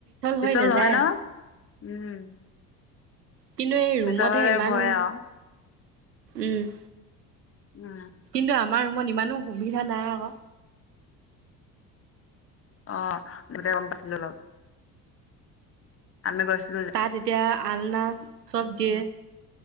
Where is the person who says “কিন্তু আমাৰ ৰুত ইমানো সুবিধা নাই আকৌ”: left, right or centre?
Right